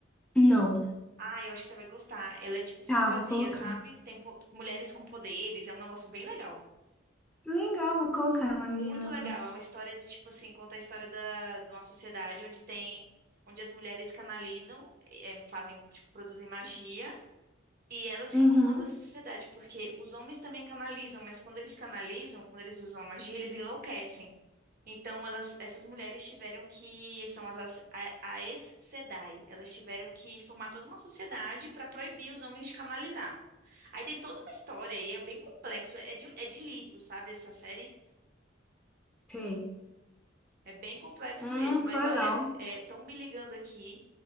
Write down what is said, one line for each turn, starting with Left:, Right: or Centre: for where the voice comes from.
Centre: Não.
Right: Ah, eu acho que você vai gostar. Ela é tipo fantasia,
Centre: Tá, vou colocar.
Right: sabe? Tem po- mulheres com poderes, é um negócio bem legal.
Centre: Que Legal, vou colocar na
Right: Muito
Centre: minha.
Right: legal. É uma história de tipo assim, conta a história da, de uma sociedade onde tem, onde as mulheres canalizam, eh, eh, fazem, tipo, produzem magia. E elas
Centre: Uhum.
Right: que comandam essa sociedade, porque os homens também canalizam, mas quando eles canalizam, quando eles usam a magia, eles enlouquecem. Então, elas, essas mulheres tiveram que, são as as- a- Aes Sedai, elas tiveram que formar toda uma sociedade para proibir os homens de canalizar. Aí tem toda uma história aí, é bem complexo, é de, é de livro, sabe, essa série?
Centre: Sei.
Right: É bem complexo
Centre: Hum,
Right: mesmo, mas
Centre: que legal.
Right: olha, estão me ligando aqui,